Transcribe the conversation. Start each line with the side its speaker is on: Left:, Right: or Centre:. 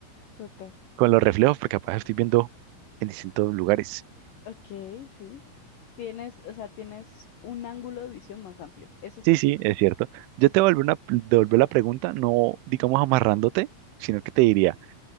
Left: Total.
Right: con los reflejos, porque capaz estoy viendo en distintos lugares.
Left: Ok, sí. Tienes, o sea, tienes un ángulo de visión más amplio. Eso sí
Right: Sí,
Left: es
Right: sí,
Left: cierto.
Right: es cierto. Yo te vuelvo una, devuelvo la pregunta, no digamos amarrándote, sino que te diría,